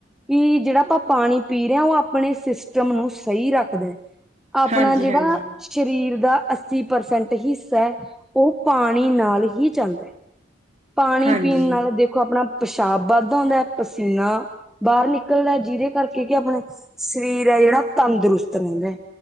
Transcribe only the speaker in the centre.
ਕਿ ਜੇੜਾ ਆਪਾਂ ਪਾਣੀ ਪੀ ਰੇ ਆਂ ਓ ਆਪਣੇ ਸਿਸਟਮ ਨੂੰ ਸਈ ਰੱਖਦਾ। ਆਪਣਾ
ਜਿਹੜਾ
ਆ ਸਰੀਰ ਦਾ ਅੱਸੀ ਪ੍ਰਸੈਂਟ ਹਿੱਸਾ ਐ ਉਹ ਪਾਣੀ ਨਾਲ ਹੀ ਚੱਲਦਾ ਐ ਪਾਣੀ
ਪੀਣ ਨਾਲ ਦੇਖੋ ਆਪਣਾ ਪੇਸ਼ਾਬ ਵੱਧ ਆਉਂਦਾ ਐ ਪਸੀਨਾ ਆ ਬਾਹਰ ਨਿਕਲਦਾ ਐ ਜਿਹਦੇ ਕਰਕੇ ਕਿ ਆਪਣਾ ਸਰੀਰ ਐ ਜਿਹੜਾ ਤੰਦਰੁਸਤ ਰਹਿੰਦੇ ਐ